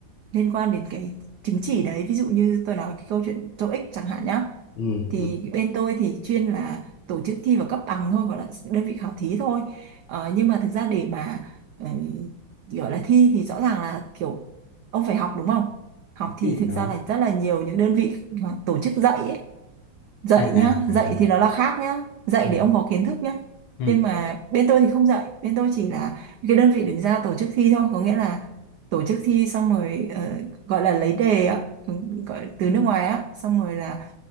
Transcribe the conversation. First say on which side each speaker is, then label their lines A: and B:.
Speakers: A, on the right; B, on the left.
A: liên quan đến cái chứng chỉ đấy ví dụ như tôi nói cái câu chuyện TOEIC chẳng hạn nhá
B: ừ,
A: thì
B: ừ.
A: bên tôi thì chuyên là tổ chức thi và cấp bằng thôi gọi là đơn vị khảo thí thôi ờ, nhưng mà thực ra để mà ờ, gọi là thi thì rõ ràng là kiểu ông phải học đúng không học
B: cái
A: thì
B: gì
A: thực
B: đó
A: ra là rất là nhiều những đơn vị tổ chức dạy ấy dạy
B: à à,
A: nhá dạy
B: à,
A: thì nó là khác nhá dạy
B: ừ
A: để ông có kiến thức nhá
B: ừ
A: nhưng mà bên tôi thì không dạy bên tôi chỉ là cái đơn vị đứng ra tổ chức thi thôi có nghĩa là tổ chức thi xong rồi ờ, gọi là lấy đề á ừ, gọi từ nước ngoài á xong rồi là